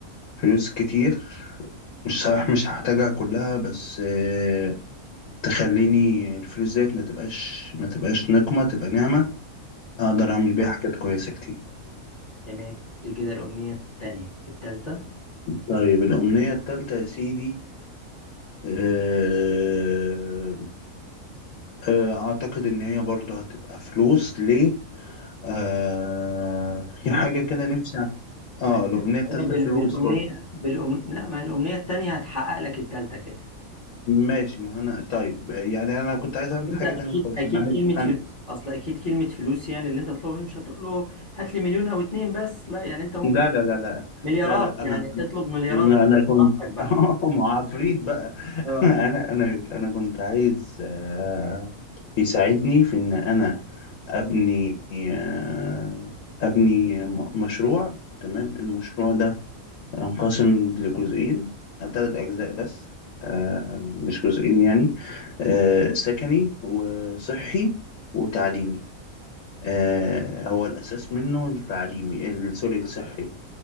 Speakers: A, on the left; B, on the left.
A: فلوس كتير مش صحيح مش هحتاجها كلها بس آه تخليني الفلوس ديت ما تبقاش ما تبقاش نقمة تبقى نعمة اقدر اعمل بيها حاجات كويسه كتير
B: <laughs> تمام دي كده الأمنية التانية التالتة
A: طيب الامنيه التالتة يا سيدي آه، آه، اعتقد ان هي برضه هتبقى فلوس ليه آه،
B: ما
A: في
B: هي
A: حاجه كده نفسي أع- اه
B: ما
A: الامنيه
B: هي
A: التالتة
B: ما هي بال-
A: فلوس
B: بالأمنية
A: برضه
B: بالأم... لا ما هي الأمنية التانية هتحقق لك التالتة كده
A: ماشي ما انا طيب يعني انا كنت عايز اعمل
B: أنت
A: حاجه
B: أكيد
A: تانية خالص
B: أكيد
A: انا عايز
B: كلمة فلوس
A: أنا...
B: أصل أكيد كلمة فلوس يعني اللي أنت تطلبه مش هتقول له هات لي مليون أو اتنين بس لا يعني أنت ممكن
A: لا لا لا لا
B: مليارات
A: لا لا انا
B: يعني اطلب مليارات
A: انا انا كنت
B: براحتك بقى
A: <laughs> مع عفريت بقى <laughs>
B: اه
A: انا انا انا كنت عايز آه، يساعدني في ان انا ابني آه، ابني م- مشروع تمام المشروع ده انقسم لجزئين ثلاث اجزاء بس آه، مش جزئين يعني آه، سكني وصحي وتعليمي آه، هو الاساس منه التعليمي ال- سوري الصحي